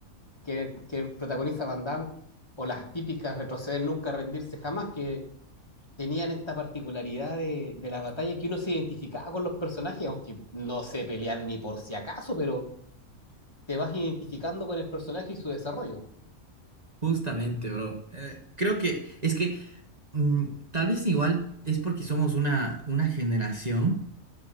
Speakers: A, on the left (about 20°); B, on the right (about 30°).
A: que, que protagoniza Van Damme, o las típicas retroceder nunca, rendirse jamás, que tenían esta particularidad de, de la batalla que uno se identificaba con los personajes, aunque no sé pelear ni por si acaso, pero te vas identificando con el personaje y su desarrollo.
B: Justamente, bro. Eh, creo que es que mm, tal vez igual es porque somos una, una generación